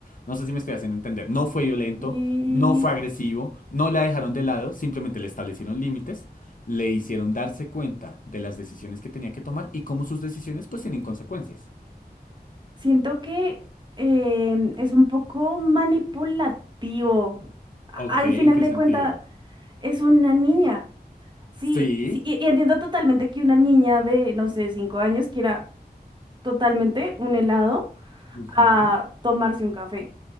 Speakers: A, on the left; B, on the right.
A: No sé si me estoy haciendo entender. No fue violento,
B: Y
A: no fue agresivo, no la dejaron de lado, simplemente le establecieron límites, le hicieron darse cuenta de las decisiones que tenía que tomar y cómo sus decisiones pues tienen consecuencias.
B: siento que em, es un poco manipulativo. A-
A: Ok,
B: Al
A: ¿en
B: final
A: qué
B: de
A: sentido?
B: cuentas, es una niña. Sí,
A: Sí.
B: sí, y, y entiendo totalmente que una niña de, no sé, cinco años quiera totalmente un helado
A: ujú,
B: a tomarse un café.